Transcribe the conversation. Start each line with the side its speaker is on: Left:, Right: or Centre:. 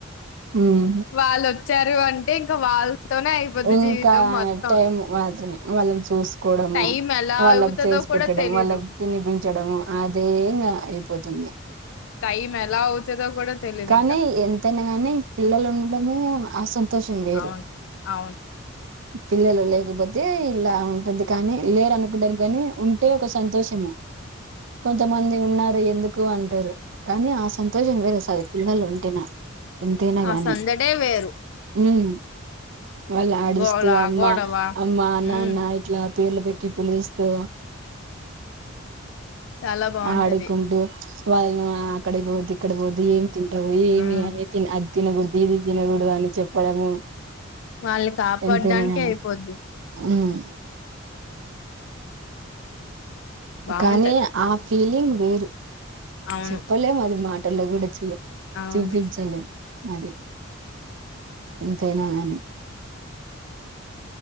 Right: ఉమ్.
Left: వాళ్ళొచ్చారు అంటే ఇంకా వాళ్ళతోనే అయిపోద్ది
Right: ఇంకా
Left: జీవితం మొత్తం
Right: టైం మాత్రమే వాళ్ళని చూసు కోడము
Left: టైం ఎలా
Right: వాళ్ళకి
Left: అవుతదో
Right: చేసి
Left: కూడా
Right: పెట్టడం
Left: తెలీదు
Right: వాళ్ళకి తినిపించడము అదే ఇంగ అయిపోతుంది
Left: టైం ఎలా అవుతదో కూడా తెలీదు
Right: కానీ
Left: ఇంకా
Right: ఎంతైనా గానీ పిల్లలు ఉండడమే ఆ సంతోషం వేరు
Left: అవును అవును
Right: పిల్లలు లేకపోతే ఇలా ఉంటుంది కానీ లేరునుకుంటనికి కాని ఉంటే ఒక సంతోషము కొంతమంది ఉన్నారు ఎందుకు అంటారు కానీ ఆ సంతోషం వేరు అసలు పిల్లలు ఉంటినా ఎంతైనా
Left: ఆ
Right: గానీ
Left: సందడే వేరు
Right: మ్మ్ వాళ్ళ ఆడిస్
Left: గోళ
Right: అమ్మా
Left: గొడవ
Right: అమ్మా నాన్న
Left: ఉమ్
Right: ఇట్లా పేర్లు పెట్టి పిలుస్తూ
Left: చాలా బాగుంటది
Right: ఆడుకుంటు వాళ్ల్ మీ అక్కడ కి పోతె ఇక్కడ పోతే ఏమి తింటవు ఏమి
Left: ఉమ్
Right: అని తిను అది తినబుధ్ధి ఇది తినగూడదు అని చెప్పడము
Left: మాల్లిక కాపాడ్డానికి
Right: ఎంతైనా గాని
Left: అయిపోద్ది
Right: ఉమ్
Left: బాగుంటది
Right: కానీ ఆ ఫీలింగ్ వేరు
Left: అవును
Right: చెప్పలేము అది మాట ల్లో కూడ
Left: అవును
Right: చూపించాలేం అది ఎంతైనా గానీ